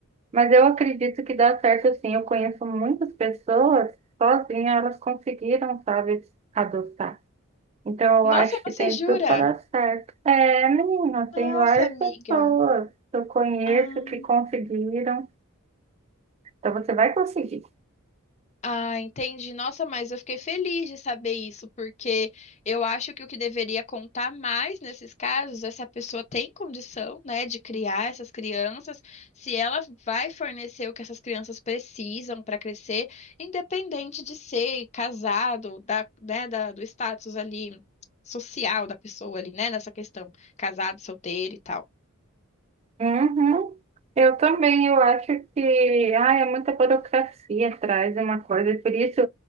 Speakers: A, on the right; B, on the left.
A: Mas eu acredito que dá certo sim. Eu conheço muitas pessoas, sozinha elas conseguiram, sabe, adotar. Então eu
B: Nossa,
A: acho que
B: você
A: tem
B: jura?
A: tudo para dar certo. É, menina,
B: Nossa,
A: tem várias
B: amiga.
A: pessoas que eu conheço
B: Ah,
A: que conseguiram. Então você vai conseguir.
B: ah, entendi. Nossa, mas eu fiquei feliz de saber isso, porque eu acho que o que deveria contar mais nesses casos é se a pessoa tem condição, né, de criar essas crianças, se ela vai fornecer o que essas crianças precisam para crescer, independente de ser casado, da, né, da- do status ali social da pessoa ali, né, nessa questão, casado, solteiro e tal.
A: Uhum. Eu também, eu acho que, ah é muita burocracia atrás de uma coisa, e por isso